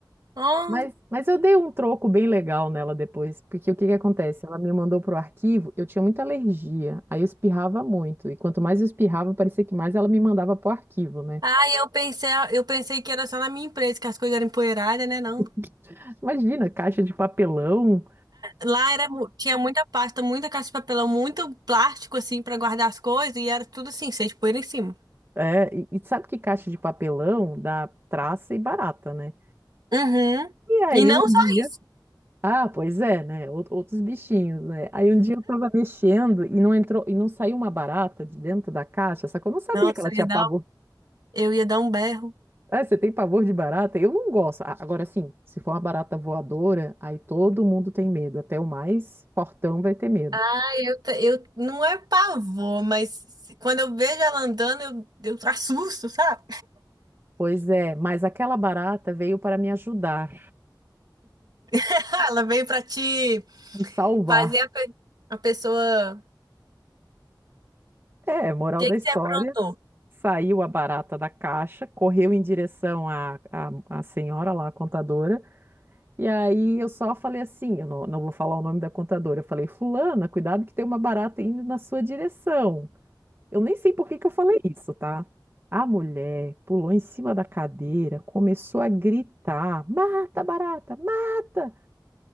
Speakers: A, on the right; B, on the right.
A: oh.
B: Mas, mas eu dei um troco bem legal nela depois, porque o que que acontece? Ela me mandou pro arquivo, eu tinha muita alergia, aí eu espirrava muito, e quanto mais eu espirrava, parecia que mais ela me mandava pro arquivo, né?
A: Ah, eu pensei, eu pensei que era só na minha empresa que as coisas eram empoeiradas, né? Não.
B: <laughs> Imagina, caixa de papelão,
A: Lá era, mu- tinha muita pasta, muita caixa de papelão, muito plástico, assim, pra guardar as coisas, e era tudo assim, cheio de poeira em cima.
B: é, e, e sabe que caixa de papelão dá traça e barata, né?
A: Uhum.
B: E aí
A: E não
B: um dia,
A: só isso.
B: ah, pois é, né? ou- Outros bichinhos, né? Aí um dia eu tava mexendo e não entrou, e não saiu uma barata de dentro da caixa, só que eu não sabia
A: Nossa,
B: que ela tinha
A: eu ia
B: pavor
A: dar, eu ia dar um berro.
B: Ah, você tem pavor de barata? Eu não gosto. A- Agora, sim, se for uma barata voadora, aí todo mundo tem medo. Até o mais fortão vai ter medo.
A: Ah, eu, te- eu não é pavor, mas se- quando eu vejo ela andando, eu, eu assusto, sabe?
B: Pois é, mas aquela barata veio para me ajudar,
A: <laughs> Ela veio pra te
B: me salvar.
A: fazer a, pe- a pessoa.
B: É, moral
A: O que
B: da
A: que
B: história.
A: você aprontou?
B: Saiu a barata da caixa, correu em direção à, à, à senhora lá, a contadora. E aí eu só falei assim: eu não, não vou falar o nome da contadora. Eu falei, Fulana, cuidado que tem uma barata indo na sua direção. Eu nem sei por que que eu falei isso, tá? A mulher pulou em cima da cadeira, começou a gritar: mata, barata, mata!